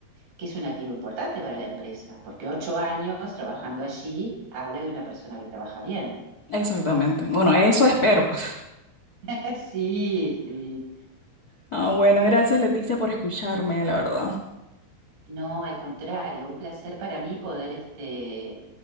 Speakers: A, on the right; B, on the left.
A: que es un activo importante para la empresa, porque ocho años trabajando allí habla de una persona que trabaja bien.
B: exactamente. Bueno, eso espero, pues.
A: <laughs> sí, sí.
B: Ah, bueno, gracias Leticia por escucharme, la verdad.
A: No, al contrario, un placer para mí poder, este,